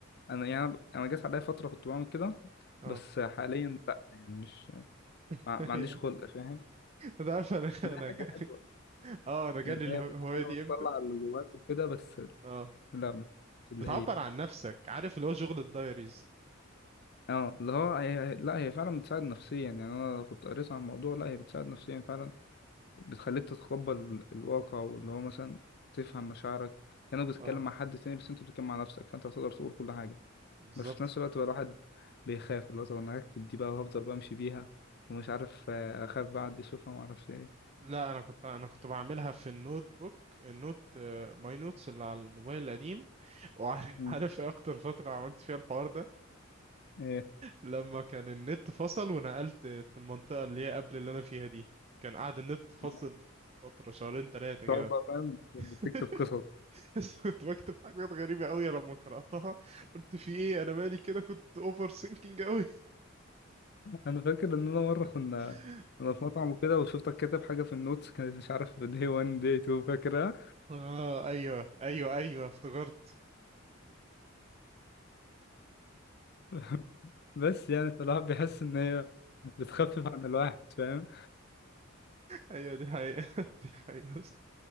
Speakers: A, on the left; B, on the right.
A: انا يعني انا جات عليا فترة كنت بعمل كده
B: اه
A: بس حاليا لا يعني مش
B: <laughs>
A: ما, ما
B: أيوه.
A: عنديش خلق فاهم
B: انت عارف انا
A: إن هي
B: انا
A: حاجة
B: جا... <laughs>
A: حلوة
B: اه انا جالي
A: يعني هي
B: الهواية
A: بتبقى حاجة
B: دي
A: بتطلع
B: امتى
A: اللي جواك وكده بس
B: اه
A: لا مش اللي
B: بتعبر
A: هي
B: عن نفسك عارف اللي هو شغل الدايريز
A: اه اللي هو هي... لا هي فعلا بتساعد نفسيا يعني انا كنت قريت عن الموضوع لا هي بتساعد نفسيا فعلا بتخليك تتقبل ال- الواقع واللي هو مثلا تفهم مشاعرك كأنك بتتكلم
B: اه
A: مع حد تاني بس انت بتتكلم مع نفسك فانت هتقدر تقول كل حاجة
B: بالظبط
A: بس في نفس الوقت بقى الواحد بيخاف اللي هو طب انا هكتب دي بقى وهفضل بمشي بيها ومش
B: مم.
A: عارف آه، اخاف بقى حد يشوفها معرفش ايه
B: لا انا كنت انا كنت بعملها في النوت بوك النوت آه، ماي نوتس اللي على الموبايل القديم وعارف
A: مم.
B: <laughs> عارف ايه اكتر فتره عملت فيها الحوار ده
A: ايه
B: لما كان النت فصل ونقلت في المنطقه اللي هي قبل اللي انا فيها دي كان قاعد النت فصل
A: آه.
B: فتره شهرين ثلاثه كده
A: تقعد بقى فاهم
B: <laughs>
A: تكتب قصص
B: بس كنت بكتب حاجات غريبه قوي لما قراتها قلت في ايه انا مالي كده كنت اوفر سينكينج قوي
A: انا فاكر ان انا مرة كنا
B: <laughs>
A: انا في مطعم وكده وشفتك كاتب حاجة في النوتس كانت مش عارف day 1 day 2 فاكر
B: اه ايوه ايوه ايوه افتكرت
A: <laughs> بس يعني فالواحد بيحس ان هي بتخفف عن الواحد فاهم
B: ايوه دي حقيقه <laughs> دي حقيقه